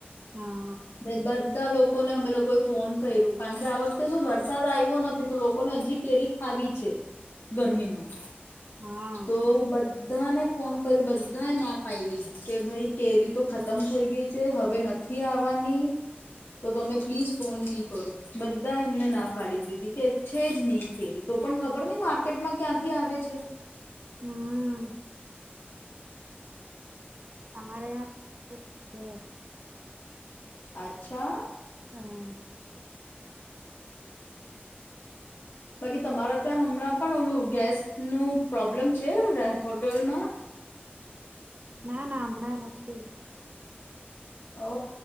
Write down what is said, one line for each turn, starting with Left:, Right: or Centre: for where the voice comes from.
Right: હા
Left: ને બધા લોકોને અમે લોકોએ ફોન કર્યું કારણ કે આ વખતે શું વરસાદ આવ્યો નથી તો લોકોને હજી કેરી આવી છે ગરમીમાં
Right: હા
Left: તો બ બધાને ફોન કર્યું બધાએ ના પાડી કે ભાઈ કેરી તો ખતમ થઈ ગઈ છે હવે નથી આવવાની તો તમે પ્લીઝ ફોન નહી કરો બધા એ અમને ના પાડી દીધી કે છે જ નહી કેરી તો પણ ખબર નહ માર્કેટમાં ક્યાંથી આવે છે
Right: હમ તમામારે ં તો છે
Left: અચ્છા
Right: હા
Left: બાકી તમારા ત્યાં હમણાં પણ ઓલું ગેસ નું પ્રોબ્લમ છે હોટેલમાં
Right: ના ના હમણાં નથી
Left: હ